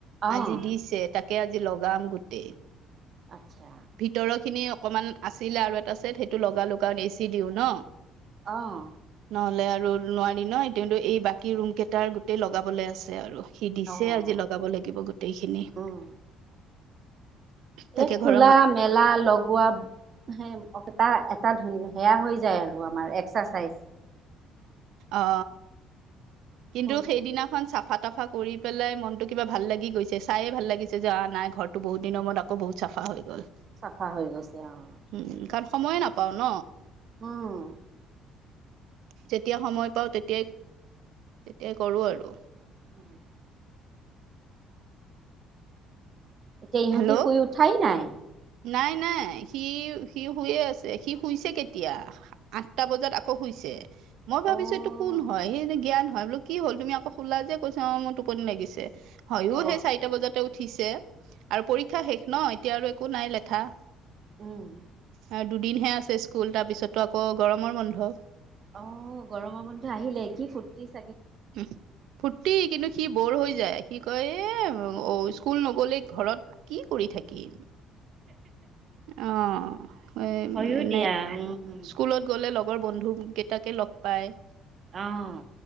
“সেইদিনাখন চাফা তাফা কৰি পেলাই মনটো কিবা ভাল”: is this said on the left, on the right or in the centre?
Right